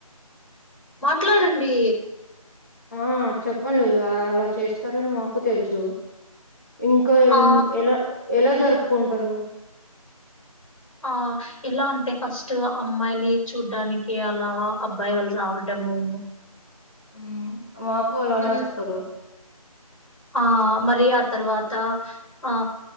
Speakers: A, on the left; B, on the left.
A: మాట్లాడండి
B: ఆ చెప్పండి అలా చేస్తారని మాకు తెలుసు ఇంకా ఎన్
A: ఆ
B: ఎల ఎల జరుపుకుంటరు
A: ఆహ్ ఎలా అంటే ఫస్ట్ అమ్మాయిని చూడ్డానికి అలా అబ్బాయి వాళ్ళు రావడము
B: ఉమ్ మాకు అలానే
A: ఉమ్,
B: వస్తారు
A: ఆ మరి ఆ తర్వాత ఆ